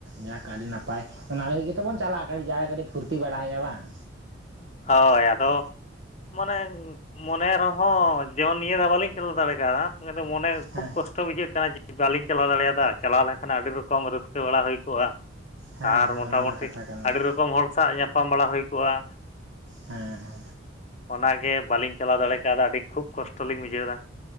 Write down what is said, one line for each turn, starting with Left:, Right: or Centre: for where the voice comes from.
Right: ᱡᱟᱠ ᱟᱹᱰᱤ ᱱᱟᱯᱟᱭ ᱚᱱᱟ ᱞᱟᱹᱜᱤᱫ ᱜᱮᱛᱚ ᱵᱚᱱ ᱪᱟᱞᱟᱜᱼᱟ ᱠᱟᱴᱤᱡᱽ ᱡᱟᱭᱜᱟ. ᱠᱟᱹᱴᱤᱡ ᱯᱷᱩᱨᱛᱤ ᱵᱟᱲᱟᱭ ᱦᱩᱭᱩᱜᱼᱟ ᱵᱟᱝ
Left: ᱦᱳᱭ ᱟᱫᱚ ᱢᱟᱱᱮ ᱢᱚᱱᱮ ᱨᱮᱦᱚᱸ ᱡᱮᱢᱚᱱ ᱱᱤᱭ ᱫᱟᱶ ᱵᱟᱹᱞᱤᱧ ᱪᱟᱞᱟᱣ ᱫᱟᱲᱮ ᱠᱟᱫᱟ ᱢᱚᱱᱮ ᱠᱷᱩᱵ
Right: ᱦᱮᱸ
Left: ᱠᱚᱥᱴᱚ ᱵᱩᱡᱷᱟᱹᱜ ᱠᱟᱱᱟ ᱡᱮ ᱵᱟᱹᱞᱤᱧ ᱪᱟᱞᱟᱣ ᱫᱟᱲᱮᱭᱟᱫᱟ ᱪᱟᱞᱟᱣ ᱞᱮᱱᱠᱷᱟᱱ ᱟᱹᱰᱤ ᱨᱚᱠᱚᱢ ᱨᱟᱹᱥᱠᱟᱹ ᱵᱟᱲᱟ ᱦᱳᱭ ᱠᱚᱜᱼᱟ᱾
Right: ᱦᱮᱸ
Left: ᱟᱨ
Right: ᱦᱮᱸ
Left: ᱢᱚᱴᱟᱢᱩᱴᱤ
Right: ᱚᱱᱟ ᱢᱟ ᱠᱟᱛᱷᱟ ᱠᱟᱱ
Left: ᱟᱹᱰᱤ
Right: ᱜᱮ
Left: ᱨᱚᱠᱚᱢ ᱦᱚᱲ ᱥᱟᱜ ᱧᱟᱯᱟᱢ ᱵᱟᱲᱟ ᱦᱳᱭ ᱠᱚᱜᱼᱟ᱾
Right: ᱦᱮᱸ ᱦᱮᱸ
Left: ᱚᱱᱟᱜᱮ ᱵᱟᱹᱞᱤᱧ ᱪᱟᱞᱟᱣ ᱫᱟᱲᱮ ᱠᱟᱣᱫᱟ ᱟᱹᱰᱤ ᱠᱷᱩᱵ ᱠᱚᱥᱴᱚ ᱞᱤᱧ ᱵᱩᱡᱷᱟᱹᱣ ᱫᱟ